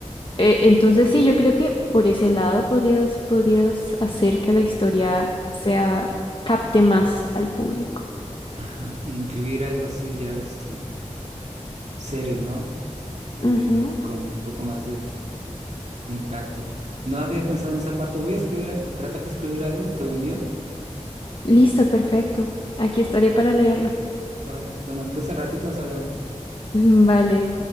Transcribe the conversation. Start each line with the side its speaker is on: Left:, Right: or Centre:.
Left: eh, entonces sí, yo creo que por ese lado podrías, podrías hacer que la historia sea, capte más al público.
Right: ajá, e incluir algo así ya, este, serio, ¿no? de-
Left: Ujú.
Right: con un poco más de, de impacto. No había pensado en esa parte. Voy a escribir, a- tratar de escribir algo y te lo envío.
Left: Listo, perfecto. Aquí estaré para leerlo.
Right: Ahora, bueno, entonces al ratito nos hablamos.
Left: <laughs> Vale.